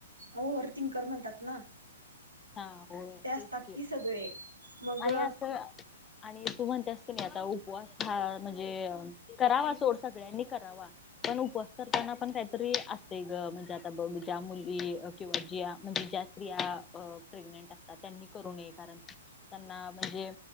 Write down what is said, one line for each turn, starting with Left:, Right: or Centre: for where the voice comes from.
Right: ओहरथिंकर म्हणतात ना?
Left: हा होय
Right: ते असतात
Left: तेच की.
Right: सगळे मग
Left: आणि असं आणि तू म्हणत्यास की नाय. आता उपवास ह म्हणजे, करावा सोड सगळ्यांनी करावा. पण उपवास करताना पण काही तरी असतय ग. म्हणजे आता बघ, ज्या मुली किंवा ज्या म्हणजे ज्या असं प्रेगंट असतात, त्यांनी करू नये. कारण त्यांना म्हणजे